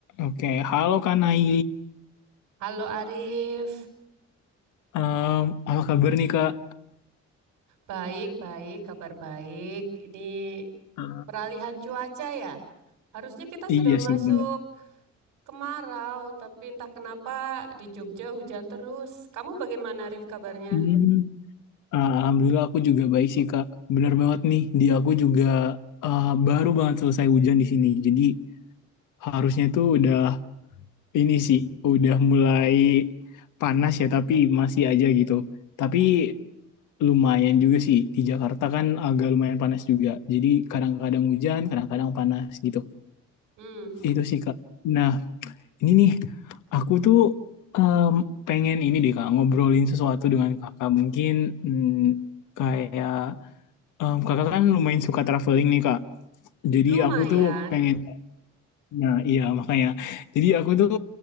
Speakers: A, on the left; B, on the right.
A: Oke, halo Kak Nai.
B: Halo Arif,
A: Em, apa kabar nih Kak?
B: baik-baik, kabar baik. Ini
A: Eh,
B: peralihan cuaca ya. Harusnya kita sudah
A: iya sih
B: masuk
A: benar.
B: kemarau, tapi entah kenapa di Jogja hujan terus. Kamu bagaimana Arif kabarnya?
A: Hmm, eh, Alhamdulillah aku juga baik sih Kak. Bener banget nih, di aku juga eh, baru banget selesai hujan di sini. Jadi harusnya tuh udah ini sih, udah mulai panas ya, tapi masih aja gitu. Tapi lumayan juga sih, di Jakarta kan agak lumayan panas juga. Jadi kadang-kadang hujan, kadang-kadang panas gitu.
B: Hmm,
A: Itu sih Kak. Nah, Ini nih, aku tuh em, pengen ini deh Kak, ngobrolin sesuatu dengan Kakak. Mungkin mm, kayak em, Kakak kan lumayan suka traveling nih Kak. Jadi
B: lumayan.
A: aku tuh pengen, nah iya makanya. Jadi aku tuh